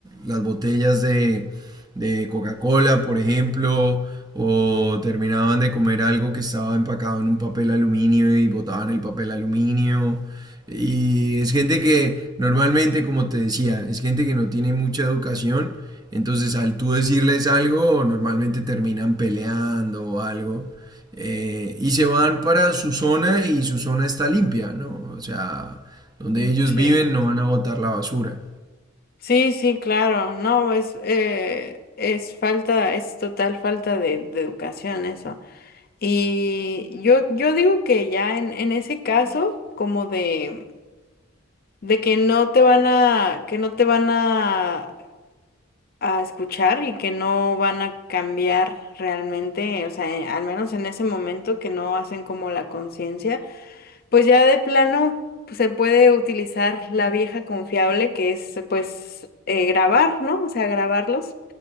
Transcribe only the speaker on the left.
Mm,
Sí,
sí, sí, claro, no, es, eh, es falta, es total falta de, de educación eso. Y yo, yo digo que ya en, en ese caso, como de, de que no te van a, que no te van a, a escuchar y que no van a cambiar realmente, o sea, eh, al menos en ese momento que no hacen como la conciencia. Pues ya de plano pues, se puede utilizar la vieja confiable que es pues eh, grabar, ¿no? O sea, grabarlos